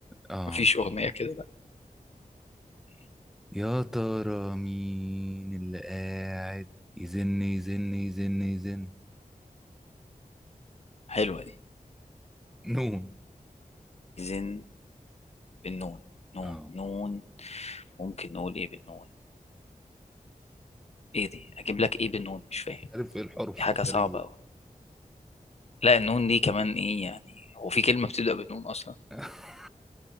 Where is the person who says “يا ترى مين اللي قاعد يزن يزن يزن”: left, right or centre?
Centre